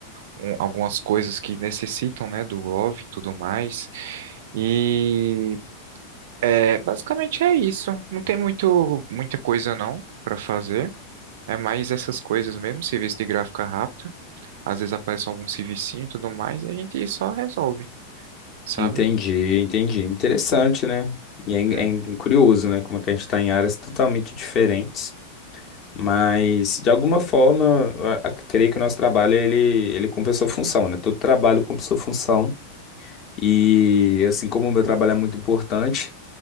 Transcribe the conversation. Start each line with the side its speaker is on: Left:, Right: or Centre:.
Right: um- algumas coisas que necessitam, né, do Gov e tudo mais. E é, basicamente é isso. Não tem muito, muita coisa não para fazer. É mais essas coisas mesmo, serviço de gráfica rápida. Às vezes aparece algum servicinho e tudo mais, e a gente só resolve, sabe?
Left: Entendi, entendi. Interessante, né? E é,
Right: Uhum,
Left: é curioso, né? Como é que a gente está em áreas totalmente diferentes. Mas, de alguma forma, eu a- a- creio que o nosso trabalho, ele, ele cumpre a sua função, né? Todo trabalho cumpre a sua função. E, assim como o meu trabalho é muito importante,